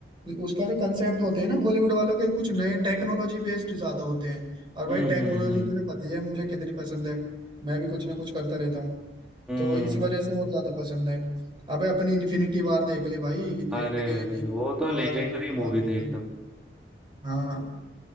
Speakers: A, on the right; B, in the centre.
A: उसका जो कंसेप्ट होते हैं ना बॉलीवुड वालों के कुछ नए टेक्नोलॉजी बेस्ड ज्यादा होते हैं और भाई
B: हम्म
A: टेक्नोलॉजी
B: हम्म हम्म
A: तुझे पता ही है मुझे कितनी पसंद है मैं भी कुछ ना कुछ करता रहता हूँ
B: हम्म।
A: तो इस वजह से और ज्यादा पसंद है अबे अपनी इन्फिनिटी वार देख ले भाई एंड
B: अरे
A: गेम
B: अरे
A: इन्फिनिटी
B: वो तो
A: वार
B: लेजेंडरी
A: क्या
B: मूवी
A: लेवल
B: थी एकदम
A: हाँ